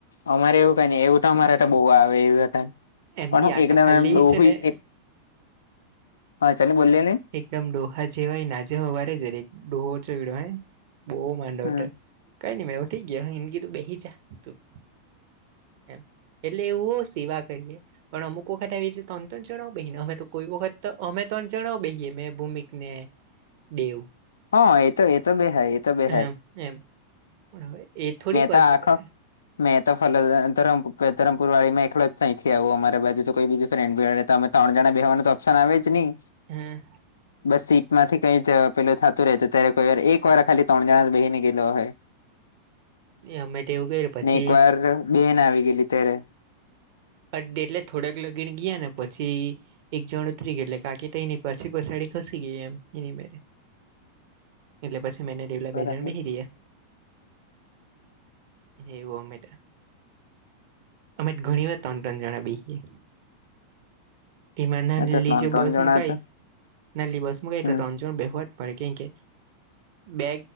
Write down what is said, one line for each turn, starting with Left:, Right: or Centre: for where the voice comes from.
Left: અમારે એવું કઈ ને એવ તો અરે બહુ આવે એવું
Right: એમની
Left: પણ હું
Right: આ
Left: એકદમ
Right: તો ખાલી
Left: એમ દો
Right: છે ને
Left: એક હા ચ બોલીએ નહી
Right: એકદમ ડોહા જેવાય નાજે હોવારે છે ર ડોહો ચોડ્યો હે બહ માંડો
Left: હમ
Right: હતો કઈ ન ભ ઠી ગ હ હિનકી તું બેહી જાા તું એમ એટલે એવું સિવા કરીએ પણ અમુક વખત આવી રીતે ત તો જણાવો બે ને અમે તો કોઈ વખત તો અમે તણ જણાવ બે જે મેં ભૂમિકને દેવ
Left: હા એ તો એતો બે હૈ એતો બે હૈ
Right: એમ એમ પણ હવે એ થોડીક વાર
Left: તો આખો
Right: પડે
Left: મેં તો ફ ધરમપુર વાળીમાં એકલો જ તહીં થી આવ્યું અમારી બાજુ તો કોઈ બીજું ફ્રેન્ડ ત્રણ જણા બેહેવા તો ઓપ્શન આવે જ નહી
Right: હા
Left: બસ સીટ માંથી કઈ જવા પેલો થ રહે ત્યારે કોઈ વાર એક વાર ખાલી ત્રણ જણા બ બેહી ને ગયેલો હોય
Right: અમે તેવું કર પછી
Left: એક વાર બેન આવી ગયેલી તત્યારે
Right: અ એટલે થોડક લગીન ગયા ને પછી એક જણ ઉતરી ગયેલે કાકી તો એની પછી પસાડી ખસી ગઈ એમ એની મે એટલે પછી મેને ડેવલા બે
Left: બરાબર
Right: જણ બહીરી્યા એવું અમે અમે ઘણી વાર તણ તન જણા બેએ તેમાં નાલી
Left: અચ્છા ત્રણ
Right: જે
Left: ત્રણ
Right: બસ
Left: જણા
Right: મુકઈ
Left: હતા
Right: નલી બસ મુકઈ
Left: હમ
Right: ત વવવાટ મળડે કેમ કે બે